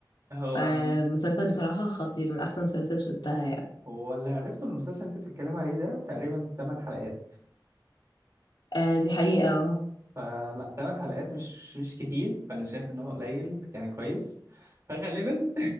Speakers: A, on the right; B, on the left.
A: هو
B: فمسلسل بصراحة خطير من أحسن مسلسل شفتها يعني
A: هو اللي عرفته إن المسلسل اللي انت بتتكلم عليه ده تقريبا 8 حلقات
B: آه دي حقيقة اه
A: فلا 8 حلقات مش مش كتير فانا شايف ان هو قليل يعني كويس فغالبا